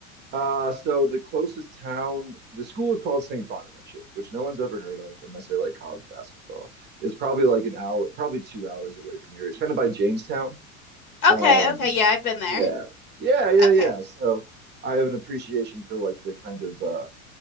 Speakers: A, on the right; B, on the left.
A: uh so the closest town, the school is called St. Bonaventure, which no one's ever heard of unless they like college basketball. It's probably like an hour, probably two hours away from here. It's kind of by Jamestown.
B: Okay,
A: Um,
B: okay, yeah, I've been there.
A: yeah, yeah, yeah,
B: Okay.
A: yeah. So I have an appreciation for like the kind of uh,